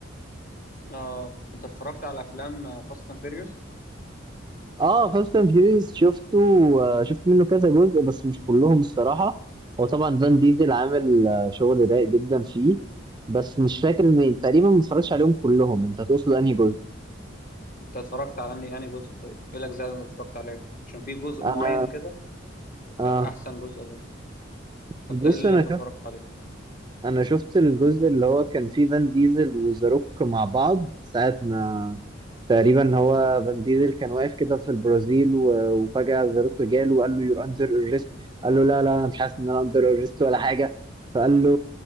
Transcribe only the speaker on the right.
اه فاست اند فيوريوس شفته آه، شفت منه كذا جزء بس مش كلهم الصراحه هو طبعا فان ديزل عامل آه، شغل رايق جدا فيه بس مش فاكر ان تقريبا ما اتفرجتش عليهم كلهم انت تقصد انهي جزء
انا
اه
بص
انا
شفت
انا شفت الجزء اللي هو كان فيه فان ديزل وذا روك مع بعض ساعة ما تقريبا هو فان ديزل كان واقف كده في البرازيل و- وفجأة ذا روك جاله وقال له يور اندر اريست قال له لا لا انا مش حاسس ان انا اندر اريست ولا حاجة فقال له